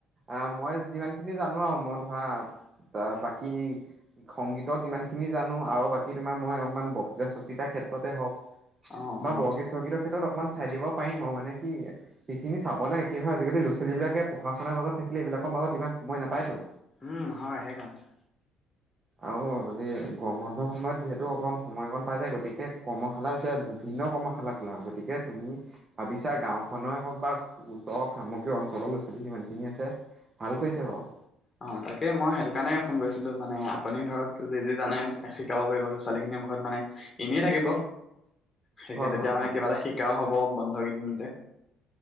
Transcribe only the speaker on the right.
অ' মই যিমান খিনি জানো আৰু মই ধৰা। ত' বাকী সংগীতক যিমান খিনি জানো আৰু বাকী তোমাৰ মই অকমান বক্তৃতা, চক্তৃতাৰ ক্ষেত্ৰতে হওঁক
বা
বৰগীত-চৰগীতত ক্ষেত্ৰত অকমান চাই দিব পাৰিম অ' মানে কি সেইখিনি চাবলৈ কি হয় আজিকালি ল'ৰা-ছোৱালীবিলাক পঢ়া শুনাৰ মাজক থাকিলে এইবিলাকত ইমান সময় নাপায়তো।
আৰু এই গম বন্ধৰ সময়ত যিহেতু অকণ সময় অকণ পাই যায়, গতিকে কৰ্মশালা এতিয়া বিভিন্ন কৰ্মশালা খোলা হয়, গতিকে তুমি ভাবিছা গাঁওখনৰ হওক বা ওচৰ সমগ্ৰ অঞ্চলৰ ল'ৰা ছোৱালী যিমানখিনি আছে ভাল কৰিছে বাৰু।
হয়
হয়
হয়